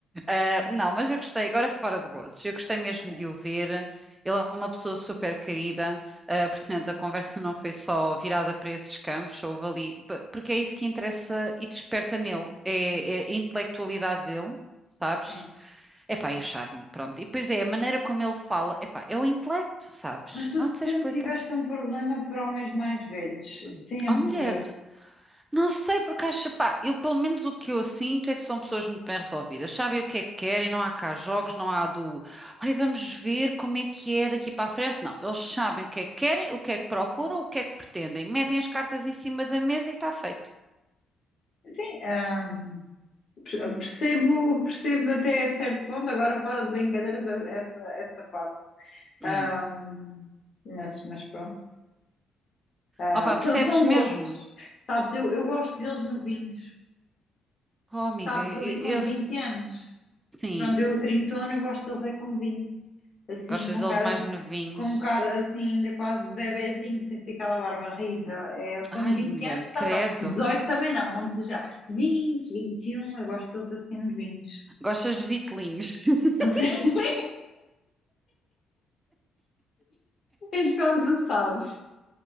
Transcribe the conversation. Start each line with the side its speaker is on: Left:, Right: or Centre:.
Right: Ah, não, mas eu gostei, agora fora de gostos, eu gostei mesmo
Left: Sim,
Right: de o ver. Ele é uma pessoa super querida, ah, portanto, a conversa não foi só virada para esses campos, houve ali, p- porque é isso que interessa e desperta nele, é, é a intelectualidade dele, sabes?
Left: sim.
Right: Epá, e o charme, pronto. E depois é a maneira como ele fala, epá, é o intelecto, sabes?
Left: Mas tu
Right: Não
Left: sempre
Right: te sei explicar.
Left: tiveste um problema para homens mais velhos,
Right: Hum.
Left: sempre.
Right: Oh, mulher. Não sei, porque acho, pá, eu pelo menos o que eu sinto é que são pessoas muito bem resolvidas, sabem o que é que querem, não há cá jogos, não há do, olha, vamos ver como é que é daqui para a frente. Não, eles sabem o que é que querem, o que é que procuram, o que é que pretendem, metem as cartas em cima da mesa e está feito.
Left: Sim, ah, per- percebo, percebo até certo ponto, agora fora de brincadeiras, a- essa, essa parte.
Right: Hum.
Left: Ah, mas, mas pronto. Ah,
Right: Opa,
Left: são,
Right: percebes
Left: são
Right: mesmo?
Left: gostos, sabes? Eu, eu gosto deles novinhos,
Right: Oh, amiga,
Left: sabes?
Right: eu,
Left: Ali com 20
Right: eu-
Left: anos.
Right: sim,
Left: Pronto, eu trintona eu gosto deles é com 20 assim,
Right: gostas
Left: com
Right: deles
Left: cara
Right: mais
Left: de,
Right: novinhos.
Left: com cara assim, ainda quase de bebezinho, sem ser aquela barba rija. É, com
Right: Ai,
Left: 20
Right: mulher,
Left: anos está
Right: credo,
Left: top. dezoito também não, não vamos exagerar. vinte, vinte e um eu gosto deles assim nos vinte
Right: gostas de vitelinhos. <laughs>
Left: Não sei <laughs> mas como tu sabes.